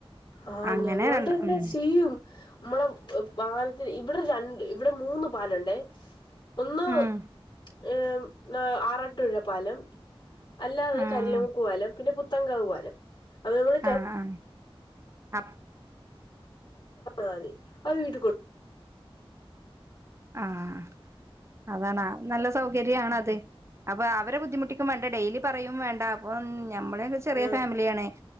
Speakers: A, on the left; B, on the right.
A: ആഹ്
B: അങ്ങനെ
A: ഞങ്ങളുടെ
B: രണ്ട്
A: ഇവിടെ
B: ഉം
A: സീയും നമ്മടെ പാലത്ത് ഇവിടെ രണ്ട് ഇവിടെ മൂന്ന പാലുണ്ടേ ഒന്ന്
B: ഉം
A: ഏ ആറാട്ടുഴപ്പാലം അല്ലാതെ
B: ആ
A: കരിലമുക്കുപാലം പിന്നെ പുത്തങ്കാവുപാലം അപ്പ നമ്മൾ
B: ആ ആ അപ്
A: മതി അവര് വീട്ടിൽടു <unintelligible>
B: ആഹ് അതാണ് നല്ല സൗകര്യാണ് അത് അപ്പൊ അവരെ ബുദ്ധിമുട്ടിക്കും വേണ്ട ഡെയിലി പറയ്യും വേണ്ട അപ്പം നമ്മള് ചെറിയ
A: ആഹ്
B: ഫാമിലിയാണ